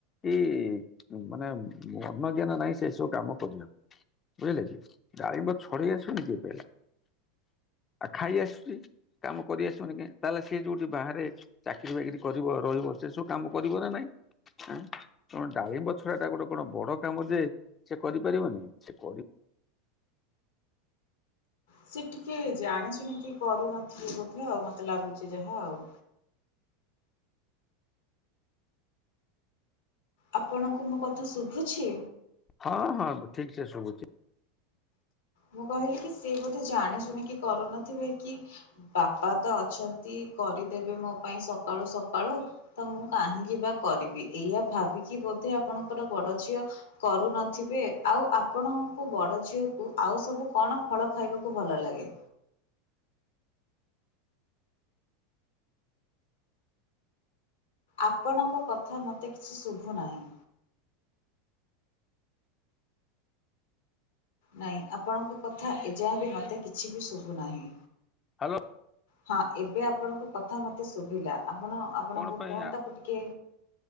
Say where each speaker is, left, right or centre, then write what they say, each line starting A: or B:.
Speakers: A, on the left; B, on the left.
A: ଏଇ ମାନେ ମନଜ୍ଞାନ ନାହିଁ ସେ ସବୁ କାମ କରିବାକୁ। ବୁଝିଲେ କି ଡାଳିମ୍ବ ଛଡେଇ ଆସିବନି କିଏ କହିଲା। ଆଉ ଖାଇ ଆସୁଛି କାମ କରି ଆସୁନି କାଇଁ। ତାହେଲେ। ସେ ଯୋଉଠି ବାହାରେ ଚାକିରି ବାକିରି କରିବ ରହିବ ସେ ସବୁ କାମ କରିବ ନା ନାଇଁ। ଆଁ କଣ ଡାଳିମ୍ବଛଡା ଟା ଗୋଟେ କଣ ବଡ କାମ ଯେ ସେ କରିପାରିବନି ସେ କରି।
B: ସେ ଟିକେ ଜାଣି ଶୁଣିକି କରୁନଥିବ ବୋଧେ ଆଉ ମତେ ଲାଗୁଛି ଯାହା ଆଉ। ଆପଣଙ୍କୁ ମୋ କଥା ଶୁଭୁଛି।
A: ହଁ ହଁ ଠିକ ସେ ଶୁଭୁଛି।
B: ମୁଁ କହିଲି କି ସିଏ ବୋଧେ ଜାଣିଶୁଣି କିି କରୁ ନ ଥିବେ କି। ବାପା ତ ଅଛନ୍ତି କରିଦେବେ ମୋ ପାଇଁ ସକାଳୁ ସକାଳୁ। ତ ମୁଁ କାହିଁକି ବା କରିବି ଏଇଆ ଭାବିକି ବୋଧେ ଆପଣଙ୍କର ବଡ ଝିଅ। କରୁ ନଥିବେ ଆଉ ଆପଣଙ୍କୁ ବଡ ଝିଅକୁ। ଆଉ ସବୁ କଣ ଫଳ ଖାଇବାକୁ ଭଲ ଲାଗେ। ଆପଣଙ୍କ କଥା ମୋତେ କିଛି ଶୁଭୁ ନାହିଁ। ନାଇଁ ଆପଣଙ୍କ କଥା ଏଯାଏ ବି ମୋତେ କିଛି ବି ଶୁଭୁ ନାହିଁ।
A: ହାଲୋ।
B: ହଁ ଏବେ ଆପଣଙ୍କ କଥା ମତେ ଶୁଭିଲା ଆପଣ ଆପଣଙ୍କ
A: କଣ ପାଇଁ
B: ଫୋନ୍
A: ଆ-
B: ଟାକୁ ଟିକେ।